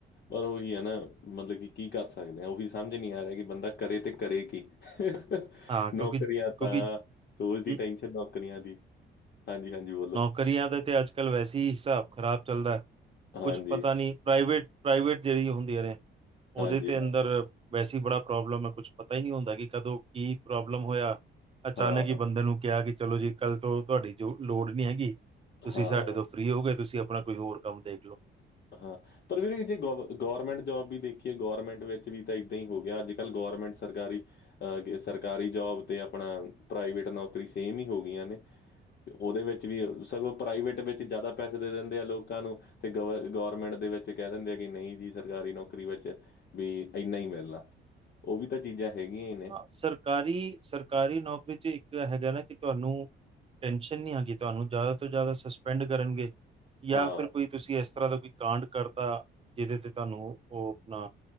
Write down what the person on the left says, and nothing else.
ਪਰ ਉਹੀ ਹੈ ਨਾ ਮਤਲਬ ਕਿ ਕੀ ਕਰ ਸਕਦੇ ਆਂ ਉਹੀ ਸਮਝ ਨਹੀਂ ਆ ਰਿਹਾ ਕਿ ਬੰਦਾ ਕਰੇ ਤੇ ਕਰੇ ਕੀ? <unintelligible>
ਨੌਕਰੀਆਂ
ਤਾਂ ਰੋਜ਼ ਦੀ
ਟੈੈਂਨਸ਼ਨ ਨੌਕਰੀਆਂ ਦੀ। ਹਾਂਜੀ-ਹਾਂਜੀ ਬੋਲੋ।
ਹਾਂਜੀ
ਹਾਂਜੀ
ਹਾਂਜੀ
ਹਾਂ
ਹਾਂ
ਹਾਂ <unintelligible> ਪਰ ਵੀਰੇ ਜੇ ਗੋਰ ਗੌਰਮੈਂਟ ਜੋਬ ਵੀ ਦੇਖੀਏ ਗੌਰਮੈਂਟ ਵਿੱਚ ਵੀ ਤਾਂ ਇੱਦਾਂ ਈ ਹੋ ਗਿਆ ਅੱਜ ਕੱਲ੍ਹ ਗੌਰਮੈਂਟ ਸਰਕਾਰੀ ਅ ਸਰਕਾਰੀ ਜੋਬ ਤੇ ਆਪਣਾ ਪ੍ਰਾਈਵੇਟ ਨੌਕਰੀ ਸੇਮ ਈ ਹੋ ਗਿਆਂ ਨੇ। ਉਹਦੇ ਵਿੱਚ ਵੀ ਸਗੋਂ ਪ੍ਰਾਈਵੇਟ ਵਿੱਚ ਜ਼ਿਆਦਾ ਪੈਸੇ ਦੇ ਦਿੰਦੇ ਆ ਲੋਕਾਂ ਨੂੰ ਤੇ ਗਵਰ ਗੌਰਮੈਂਟ ਦੇ ਵਿੱਚ ਕਹਿ ਦਿੰਦੇ ਆ ਕਿ ਨਹੀਂ ਜੀ ਸਰਕਾਰੀ ਨੌਕਰੀ ਵਿੱਚ ਬਈ ਇੰਨਾ ਈ ਮਿਲਣਾ। ਉਹ ਵੀ ਤਾਂ ਚੀਜ਼ਾਂ ਹੈਗੀਆਂ ਈ
ਹਾਂ